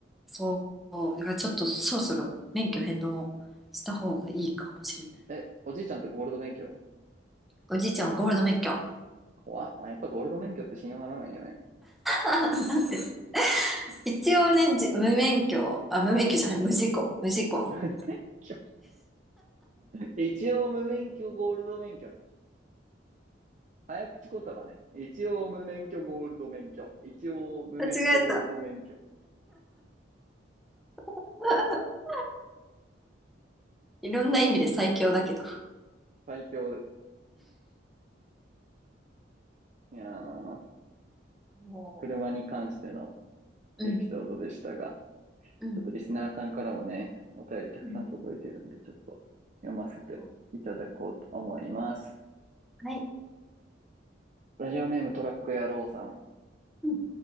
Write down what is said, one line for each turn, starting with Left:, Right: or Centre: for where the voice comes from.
Centre: そう、だからちょっとそろそろ免許返納した方がいいかもしれない。
Right: え、おじいちゃんとゴールド免許
Centre: おじいちゃんはゴールド免許。
Right: 怖っ。まあ、やっぱゴールド免許って信用ならないよね。
Centre: <laughs> なんて、一応ね、じ無免許、あ、無免許じゃない、無事故、無事故の。
Right: <laughs> 免許一応無免許ゴールド免許ね。早口言葉ね。一応無免許ゴールド免許。一応無免許ゴールド免許。
Centre: 間違えた。<laughs> いろんな意味で最強だけど。
Right: 最強です。いやー、
Centre: も
Right: 車に関しての
Centre: うん、
Right: エピソードでしたが、
Centre: うん、
Right: ちょっとリスナーさんからもね、お便りたくさん届いてるんで、
Centre: うん。
Right: ちょっと読ませていただこうと思います。
Centre: う、あはい。
Right: ラジオネームトラック野郎さん。
Centre: うん、